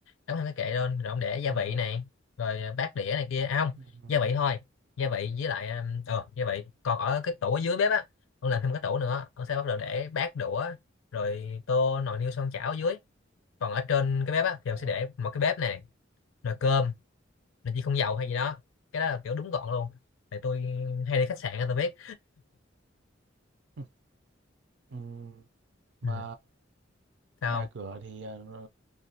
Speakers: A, on the left; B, on the right.
A: đóng thêm cái kệ lên rồi ông để gia
B: ờ
A: vị này rồi bát đĩa này kia à không
B: ừm,
A: gia vị thôi gia vị với lại um, ờ gia vị còn ở cái tủ ở dưới bếp á ông làm thêm cái tủ nữa ông sẽ bắt đầu để bát đũa rồi tô nồi niêu xoong chảo ở dưới còn ở trên cái bếp á thì
B: ờ
A: mình sẽ để một cái bếp này nồi cơm nồi chi không dầu hay gì đó cái đó là kiểu đúng gọn luôn tại tôi hay đi khách sạn á, tôi biết
B: ừm, ừm. mà
A: ừ. sao
B: nhà
A: không
B: cửa thì ờ,